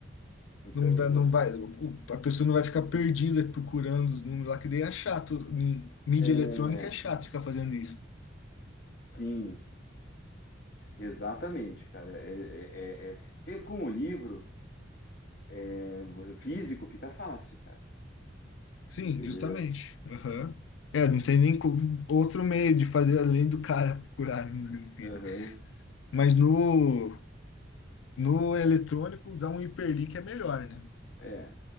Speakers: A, on the left; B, on the left.
A: Então,
B: Não dá,
A: agora.
B: não vai, o- o- a pessoa não vai ficar perdida procurando os números lá, que daí é chato. Em mídia
A: É.
B: eletrônica é chato ficar fazendo isso.
A: Sim, exatamente, cara. É, é- é- é- Porque com o livro é, físico fica fácil, cara.
B: Sim,
A: Entendeu?
B: justamente. Aham. É, não tem nem co- outro meio de fazer além do cara procurar no livro.
A: Aham.
B: Mas no, no eletrônico, usar um hiperlink é melhor, né?
A: É.